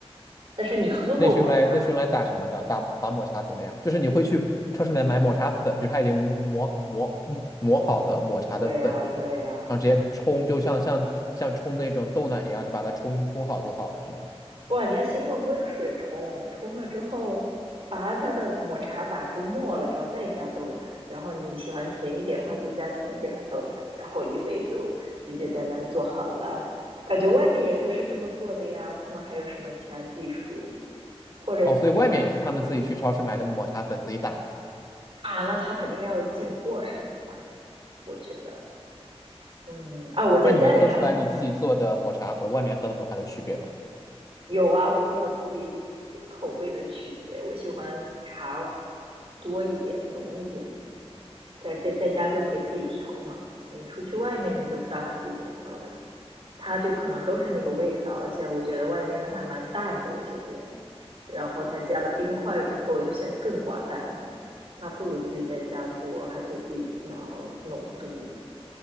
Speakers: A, on the right; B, on the left.
A: 但是你喝过抹茶？
B: 那是用来那是用来打什么的？打打抹茶怎么样？就是你会去超市里面买抹茶粉，就是它已经磨磨磨磨磨好的抹茶的粉是吗？
A: 对呀，对呀，
B: 然后直接冲，就像像像冲那种豆奶一样，就把它冲冲好就好了是吗？
A: 不，你要先用温水冲，冲了之后，把它的抹茶打出沫了之后，再加豆奶。然后你喜欢甜一点的话，就加甜一点的豆奶。然后一杯就简简单单做好了。感觉外面也就是这么做的呀，他们还有什么其他技术？或者你可以买，
B: 哦，所以外面也是他们自己去超市买的抹茶粉自己打的啊
A: 嗯啊，那他肯定要有进货什么的吧？我觉得，嗯啊，我在家里还
B: 那你能喝出来你自己做的抹茶和外面喝的抹茶的区别吗？
A: 有啊，我会有自己口味的区别，我喜欢茶多一点、浓一点的，在在在家就可以自己调嘛。你出去外面，你就不知道他自己怎么调的，它就可能都是那个味道，而且我觉得外面的还蛮淡的，有些店，然后它加了冰块之后就显得更寡淡了。那不如自己在家做，还可以自己调浓度。